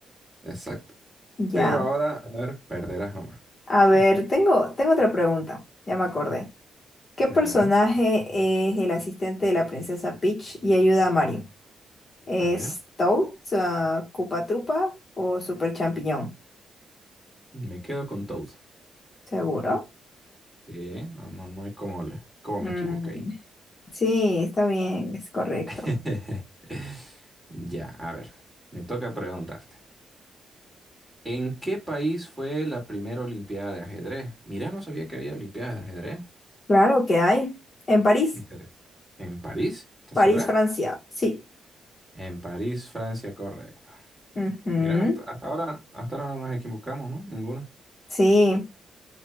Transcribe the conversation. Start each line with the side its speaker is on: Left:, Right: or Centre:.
Centre: Exacto.
Left: Ya,
Centre: Pero ahora, a ver, perderás nomás.
Left: a
Centre: <laughs>
Left: ver, tengo, tengo otra pregunta, ya me acordé. ¿Qué
Centre: Dale,
Left: personaje
Centre: a ver.
Left: es el asistente de la princesa Peach y ayuda a Mario? ¿Es
Centre: A ver,
Left: Toad, ah, Koopa Troopa o Super Champiñón?
Centre: me quedo con Toad.
Left: ¿Seguro?
Centre: Eh, no, no, no hay cómo, le- cómo
Left: Mm,
Centre: me equivoqué ahí.
Left: Sí, está bien, es correcto.
Centre: <laughs> Ya, a ver, me toca preguntarte. ¿En qué país fue la primera Olimpiada de ajedrez? Mira, no sabía que había Olimpiadas de ajedrez.
Left: Claro que hay. En París,
Centre: Inter- ¿En París? ¿Estás
Left: París,
Centre: segura?
Left: Francia, sí.
Centre: En París, Francia, correcto.
Left: Ujú,
Centre: Mira, hasta, hasta ahora, hasta ahora no nos equivocamos, ¿no? Ninguno.
Left: Sí.